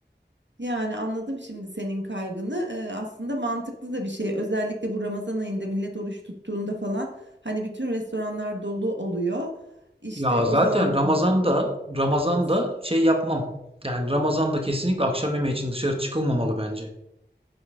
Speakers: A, on the right; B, on the right.
A: Yani anladım şimdi senin kaygını. Ee, aslında mantıklı da bir şey. Özellikle bu Ramazan ayında millet oruç tuttuğunda falan hani bütün restoranlar dolu oluyor. İşte
B: Ya zaten
A: o zaman
B: Ramazan'da Ramazan'da
A: evet.
B: şey yapmam. Yani Ramazan'da kesinlikle akşam yemeği için dışarı çıkılmamalı bence.